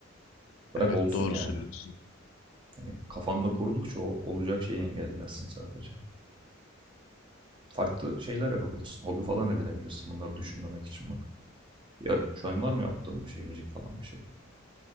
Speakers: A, on the right (about 25°); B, on the left (about 75°).
A: Bırak
B: Evet
A: olsun
B: doğru
A: yani.
B: söylüyorsun.
A: Hani kafanda kurdukça o olacak şeyi engellersin sadece. Farklı şeyler yapabilirsin. Hobi falan edinebilirsin. Bunları düşünmemek için bak. Ya şu an var mı yaptığım bir şey, müzik falan bir şey?